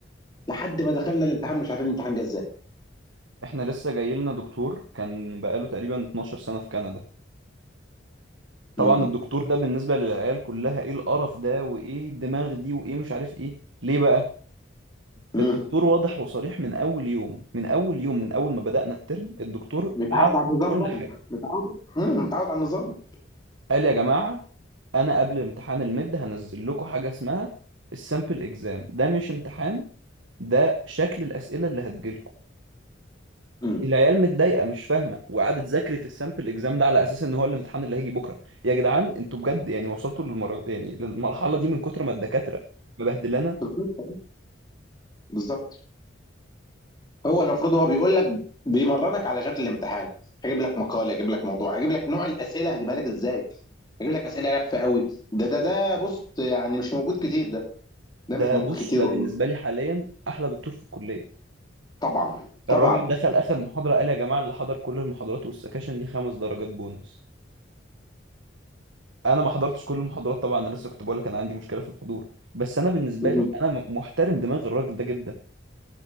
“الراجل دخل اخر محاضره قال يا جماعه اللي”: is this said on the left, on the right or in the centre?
Right